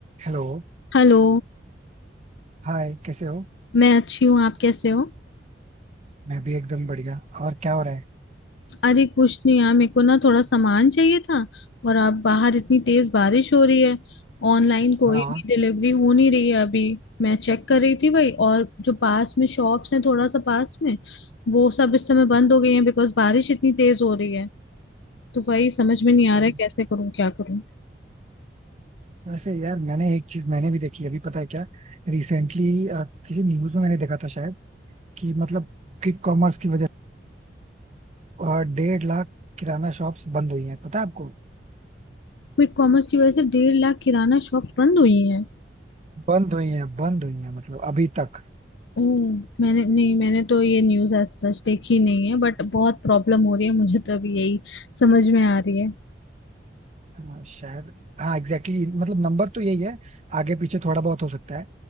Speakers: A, on the right; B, on the left.
A: Hello
B: Hello
A: Hi कैसे हो
B: मैं अच्छी हूँ आप कैसे हो
A: मैं भी एकदम बढ़िया और क्या हो रहा है
B: अरे कुछ नहीं यार मेरे को ना थोड़ा सामान चाहिए था और अब बाहर इतनी तेज बारिश हो रही है ऑनलाइन कोई
A: हाँ
B: भी डिलीवरी हो नहीं रही है अभी मैं चेक कर रही थी भाई और जो पास में शॉप्स हैं थोड़ा सा पास में वो सब इस समय बंद हो गई हैं बिकॉज बारिश इतनी तेज हो रही है तो वही समझ में नहीं आ
A: अ,
B: रहा है कैसे करूँ क्या करूँ
A: वैसे यार मैंने एक चीज मैंने भी देखी अभी पता है क्या रिसेंटली किसी न्यूज में मैंने देखा था शायद कि मतलब क्विक कॉमर्स की वजह से डेढ़ लाख किराना शॉप्स बंद हुई हैं पता है आपको
B: क्विक कॉमर्स की वजह से डेढ़ लाख किराना शॉप बंद हुई हैं
A: बंद हुई हैं बंद हुई हैं मतलब अभी तक
B: ओह मैंने नहीं मैंने तो ये न्यूज़ आज सच देखी नहीं है बट बहुत प्रॉब्लम हो रही है मुझे तो अभी यही समझ में आ रही है
A: हाँ शायद हाँ एग्जैक्टली exactly, मतलब नंबर तो यही है आगे पीछे थोड़ा बहुत हो सकता है